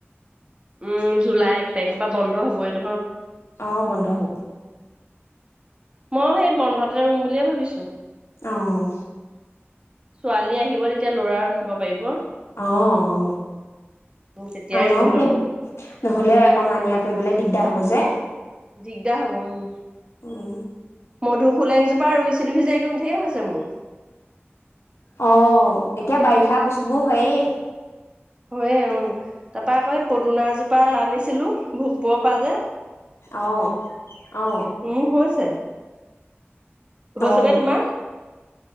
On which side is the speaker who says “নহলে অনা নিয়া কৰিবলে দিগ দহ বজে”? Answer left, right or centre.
Left